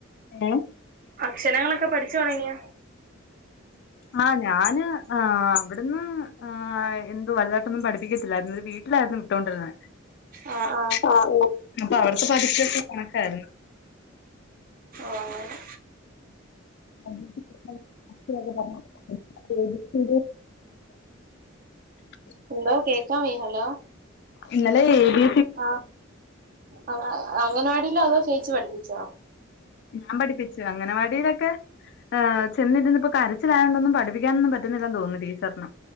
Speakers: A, on the left; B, on the right.
A: ഏ
B: അക്ഷരങ്ങളൊക്കെ പഠിച്ചു തൊടങ്ങിയോ
A: ആഹ് ഞാന് ആ അവിടുന്ന് ആ എന്തു വലതാട്ടൊന്നും പഠിപ്പിക്കത്തില്ലായിരുനു ഒരു വീ ട്ടില്ലാര്ന്നു വിട്ടോണ്ടിര്ന്നേ
B: ആ ആ
A: ആഹ് ആഹ് അപ്പൊ അവ്ട്ത്തെ പഠിപ്പൊക്കെ കണക്കാര്ന്നു
B: ആഹ്
A: <unintelligible> ഇക്ക് വേഗം തരണം <unintelligible>
B: എന്തോ കേക്കാവയ്യ ഹലോ
A: ഇന്നലെ ഏതി
B: ആഹ് അ അങ്ങനവാടീലോ അതോ ചേച്ചി പഠിപ്പിച്ചോ
A: ഞാൻ പഠിപ്പിച്ച് അംഗനവാടീലൊക്കെ ആഹ് ചെന്നിരിന്നപ്പൊ കരച്ചിലായോണ്ടൊന്നും പഠിപ്പിക്കാനൊന്നും പറ്റ്ന്നില്ലന്ന് തോന്നുന്നു ടീച്ചർന്